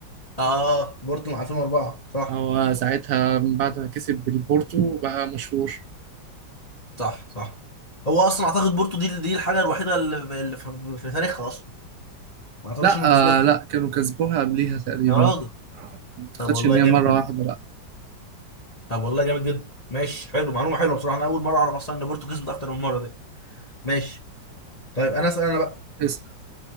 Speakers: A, on the left; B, on the right.
A: اه بورتو مع 2004 صح
B: هو ساعتها من بعد ما كسب بالبورتو بقى مشهور
A: صح صح هو اصلا اعتقد بورتو دي دي الحاجه الوحيده اللي اللي في في تاريخها اصلا ما اعتقدش
B: لا
A: انهم كسبوها تاني
B: آه لا كانوا كسبوها قبليها تقريبا
A: يا راجل
B: ما أعتقدش
A: طب والله
B: إن
A: جامد
B: هي مرة
A: جدا
B: واحدة لا
A: طب والله جامد جدا ماشي حلو معلومه حلوه بصراحه انا اول مره اعرف اصلا ان بورتو كسبت اكتر من مره دي ماشي طيب انا اسال انا بقى
B: اسأل.